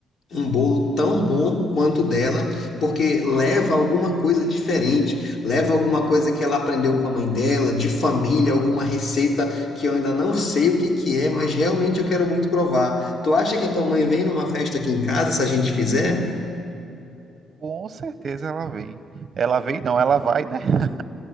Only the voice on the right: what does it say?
Com certeza ela vem. Ela vem, não, ela vai, né? <laughs>